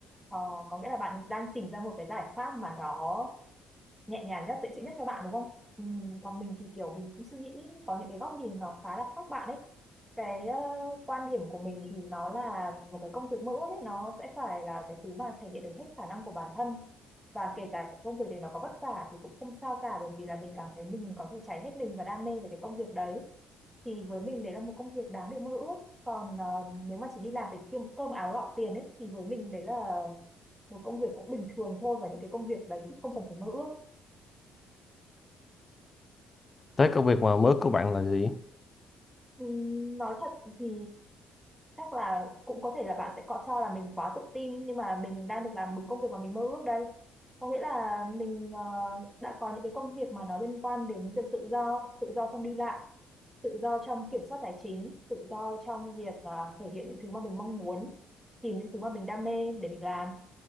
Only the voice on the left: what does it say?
thế công việc mà mơ ước của bạn là gì